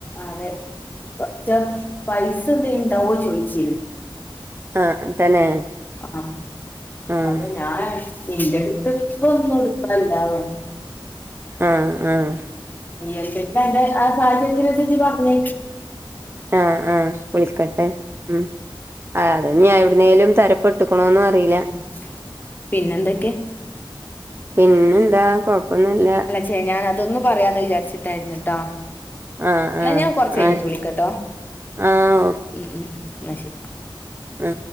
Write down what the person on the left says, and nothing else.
അതെ കൊറച്ച് പൈസ എന്തേലു ഉണ്ടാവോ ചോയിച്ചു.
ആഹ്
അപ്പൊ ഞാൻ എന്റെ അടുത്ത് ഇപ്പോ ഒന്നും എടുക്കാനില്ല വ
<unintelligible> ആ സാഹചര്യത്തിനൻസര്ച്ച് പർഞ്ഞ്.
ഉം പിന്നെന്തൊക്കെ
ശെ ഞാനതൊന്ന് പറയാന്ന് വിചാരിച്ചിട്ടായിരുന്നു ട്ടോ
എന്നാ
ഞാൻ കൊറച്ച് കഴിഞ്ഞിട്ട്
വിളിക്കട്ടോ
ഉം ഉം എന്ന ശരി